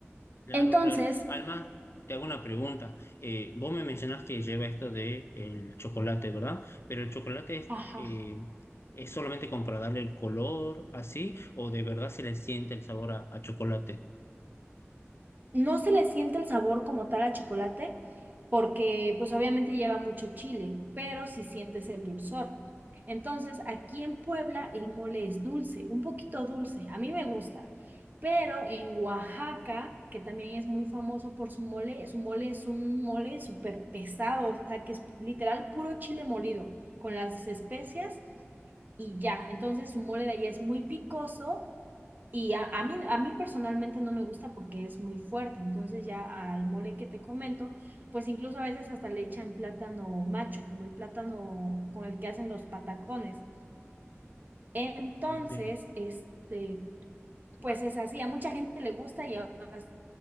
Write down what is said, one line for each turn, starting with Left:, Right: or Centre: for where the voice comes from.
Left: Claro,
Right: Entonces,
Left: claro. Alma, te hago una pregunta. Eh, vos me mencionás que lleva esto de el chocolate, ¿verdad? Pero el chocolate es,
Right: Ajá.
Left: eh, es solamente como para darle el color, así, o de verdad se le siente el sabor a, a chocolate.
Right: No se le siente el sabor como tal a chocolate, porque pues obviamente lleva mucho chile, pero sí sientes el dulzor. Entonces, aquí en Puebla el mole es dulce, un poquito dulce, a mí me gusta, pero en Oaxaca, que también es muy famoso por su mole, su mole es un mole súper pesado, o sea, que es literal puro chile molido, con las especias y ya. Entonces su mole de allá es muy picoso y a, a mí, a mí personalmente no me gusta porque es muy fuerte. Entonces ya al mole que te comento, pues incluso a veces hasta le echan plátano macho, como el plátano con el que hacen los patacones. Entonces,
Left: Bien, bien.
Right: este, pues es así. A mucha gente le gusta y a otras